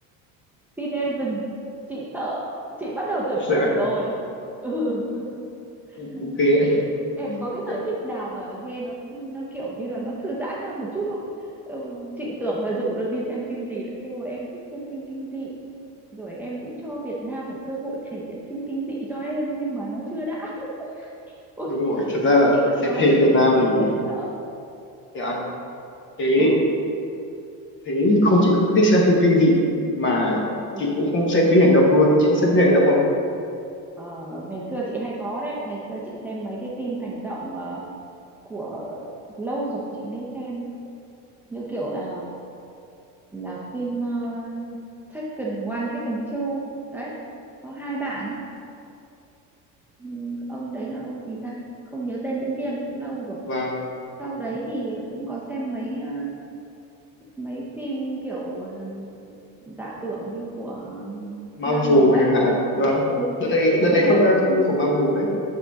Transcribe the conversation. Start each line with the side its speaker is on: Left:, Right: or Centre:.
Centre: xin em dừng chị sợ chị bắt đầu tưởng
Left: sợ
Centre: tượng
Left: là <laughs>
Centre: rồi ừ <laughs>
Left: cũng, cũng ghê
Centre: Chị- em có cái
Left: đấy.
Centre: sở thích nào mà nghe nó nó kiểu như là nó thư giãn hơn một chút không ừ, chị tưởng là rủ được đi xem phim gì lại kêu là em thích xem phim kinh dị rồi em cũng cho Việt Nam một cơ hội thể hiện phim kinh dị cho em nhưng mà nó chưa đã <laughs> ôi,
Left: đúng rồi thật ra là
Centre: chị cứ
Left: xem
Centre: nói
Left: phim
Centre: đến
Left: Việt
Centre: phim
Left: Nam
Centre: kinh
Left: thì
Centre: dị là chị sợ
Left: thế à, thế
Centre: ừ,
Left: thế thì không chị không thích xem phim kinh dị mà
Centre: ừ.
Left: chị cũng không xem phim hành động luôn chị có xem phim hành động không
Centre: Ờ, ngày xưa chị hay có đấy ngày xưa chị xem mấy cái phim hành động ờ, của lâu rồi chị mới xem như kiểu là là phim uh, Taken One, Taken Two đấy có hai bạn Ừm, ông đấy là ông gì ta không nhớ tên diễn viên cũng lâu rồi
Left: vâng
Centre: sau đấy thì cũng có xem mấy ờ, mấy phim kiểu ờ, giả tưởng như của
Left: Marvel
Centre: Marvel ấy
Left: chẳng hạn vâng
Centre: ừ
Left: đợt này đợt này
Centre: nhưng mà
Left: phát ra phim của Marvel đấy